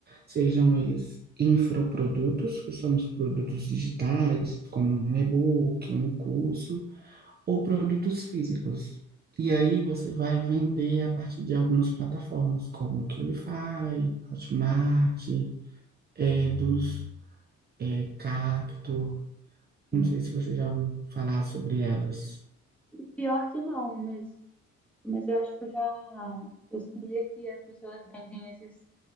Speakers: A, on the right (about 35°); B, in the centre.
A: sejam eles infoprodutos, que são os produtos digitais, como um e-book, um curso, ou produtos físicos. E aí você vai vender a partir de algumas plataformas, como o Qlify, Hotmart, Eduz, eh, Cacto.
B: Uhum.
A: Não sei se você já ouviu falar sobre elas.
B: E Pior que não, mas, mas eu acho que eu já. Eu sabia que as pessoas vendem esses